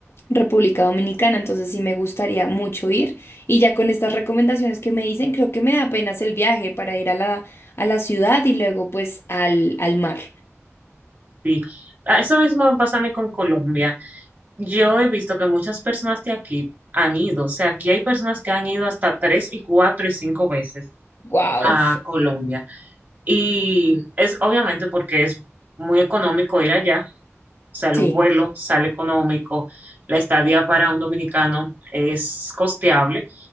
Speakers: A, on the left (about 55°); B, on the right (about 40°).
A: República Dominicana, entonces sí me gustaría mucho ir y ya con estas recomendaciones que me dicen, creo que me da apenas el viaje para ir a la, a la ciudad y luego pues al, al mar.
B: Sí. Ah, Eso mismo me pasa a mí con Colombia. Yo he visto que muchas personas de aquí han ido, o sea, aquí hay personas que han ido hasta tres y cuatro y cinco veces
A: Wow,
B: a Colombia. Y es obviamente porque es muy económico ir allá, o sea, el
A: sí.
B: vuelo sale económico, la estadía para un dominicano es costeable